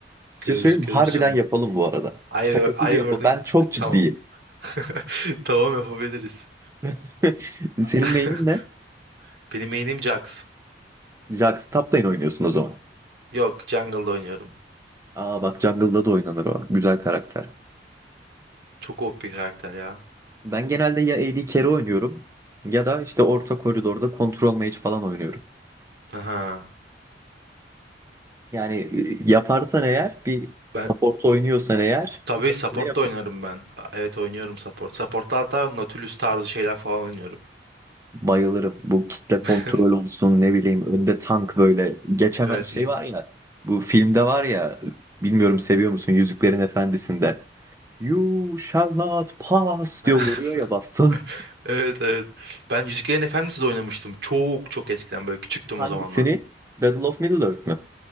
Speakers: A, on the right; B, on the right.
A: Bir
B: Görür,
A: şey söyleyeyim mi?
B: görürsün.
A: Harbiden yapalım bu arada.
B: I,
A: Şakasız yapalım.
B: wording
A: Ben çok
B: <laughs> Tamam.
A: ciddiyim.
B: <laughs> Tamam yapabiliriz.
A: <laughs> Senin
B: <laughs>
A: mailin ne?
B: Benim main'im Jax.
A: Jax Tap'tayın oynuyorsun o zaman.
B: Yok jungle'da oynuyorum.
A: Aa bak Jungle'da da oynanır o. Güzel karakter.
B: Çok OP bir karakter ya.
A: Ben genelde ya AD Carry oynuyorum ya da işte orta koridorda Control Mage falan oynuyorum.
B: Aha.
A: Yani e, yaparsan eğer bir support
B: Ben
A: oynuyorsan eğer
B: tabii support
A: ne yapın?
B: da oynarım ben. A- Evet oynuyorum support. Support'ta hatta Nautilus tarzı şeyler falan oynuyorum.
A: Bayılırım. Bu kitle
B: <laughs>
A: kontrol olsun ne bileyim önde tank böyle geçemez
B: Evet.
A: şey
B: n-
A: var ya. Bu filmde var ya bilmiyorum seviyor musun Yüzüklerin Efendisi'nde. You shall not pass
B: <laughs>
A: diyor vuruyor ya baston. <laughs>
B: Evet evet. Ben Yüzüklerin Efendisi de oynamıştım. Çok çok eskiden böyle küçüktüm
A: Hangisini?
B: o zamanlar.
A: Battle of Middle-earth mü?